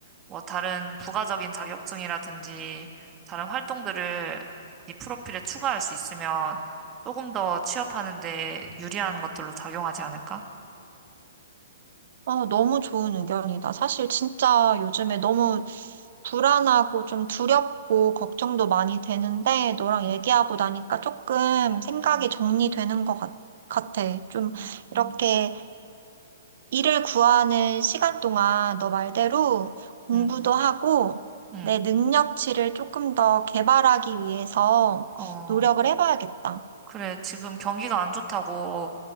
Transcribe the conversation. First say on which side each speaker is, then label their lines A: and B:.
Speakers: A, on the right; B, on the right.
A: 뭐 다른 부가적인 자격증이라든지 다른 활동들을 이 프로필에 추가할 수 있으면 조금 더 취업하는 데 유리한 것들로 작용하지 않을까?
B: 아, 너무 좋은 의견이다. 사실 진짜 요즘에 너무 불안하고 좀 두렵고 걱정도 많이 되는데 너랑
A: 응,
B: 얘기하고 나니까 조금 생각이
A: 응,
B: 정리되는 것 같, 같아. 좀
A: 응,
B: 이렇게
A: 응,
B: 일을 구하는 시간 동안 너 말대로 공부도
A: 응.
B: 하고
A: 응.
B: 내 능력치를 조금 더 개발하기 위해서
A: 어,
B: 노력을 해봐야겠다.
A: 그래, 지금 경기가 안 좋다고,